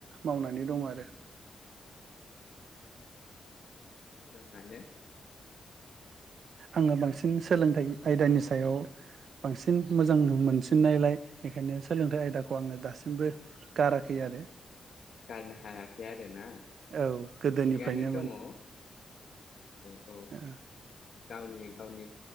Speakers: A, on the right (about 65°); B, on the left (about 55°).
A: मावनानै दं आरो।
B: उम उम मोजाङानो।
A: आङो बांसिन सोलोंथाइ आयदानि सायाव बांसिन मोजां मोनसिननायलाय बेखायनो सोलोंथाइ आयदाखौ
B: उम
A: आङो दासिमबो गाराखै आरो
B: गारनो हायाखै आरोना
A: औ गोदोनिफ्रायनो
B: थिगानो दङ औ औ।
A: ओ
B: गावनि गावनि